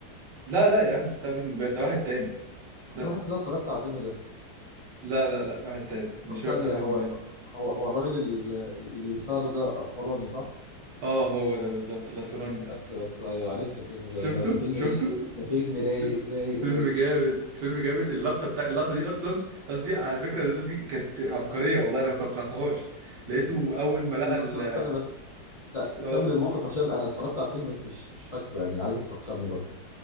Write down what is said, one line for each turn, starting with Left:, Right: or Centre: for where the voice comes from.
Right: لا لا يا عم مش بتاع بريكنج باد ده واحد تاني
Left: اصل
Right: لا
Left: انا حاسس ان انا اتفرجت على الفيلم ده
Right: لا لا لا واحد تاني مش
Left: طب ثانيه
Right: هو بتاع بريكنج
Left: هو
Right: باد
Left: هو هو الراجل ال- اللي بيساعده ده اسمراني صح
Right: اه هو ده بالظبط الاسمراني ده
Left: بس بس ايوه عرفت الفيلم
Right: شفته
Left: ده ده, ده فيلم
Right: شفته
Left: رايق ده فيلم رايق
Right: ش-
Left: رايق
Right: فيلم
Left: رايق
Right: جامد فيلم جامد اللقطه بتاع اللقطه دي اصلا اللقطه دي على فكره اللقطه دي كانت عبقريه والله انا ما توقعتهاش لقيته اول ما
Left: بس
Right: لقى
Left: بس
Right: ال
Left: بس استنى بس ت- كمل
Right: اه
Left: الموقف عشان انا اتفرجت على الفيلم بس مش مش فاكره يعني عايزك تفكرني برضه